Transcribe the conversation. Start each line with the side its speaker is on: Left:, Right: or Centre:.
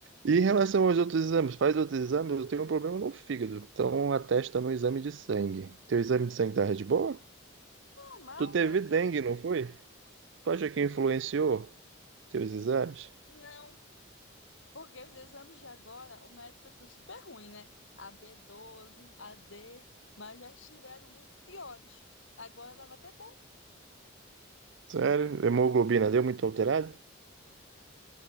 Right: E em relação aos outros exames, faz outros exames, eu tenho um problema no fígado. Então atesta no exame de sangue. Teu exame de sangue tá de boa?
Left: Normal,
Right: Tu teve
Left: cara, sabe?
Right: dengue, não foi? Tu acha que influenciou teus exames?
Left: Não. Porque os exames de agora, o médico achou super ruim, né? A b doze, a D, mas já estiveram muito piores. Agora tava até bom.
Right: Sério? Hemoglobina deu muito alterada?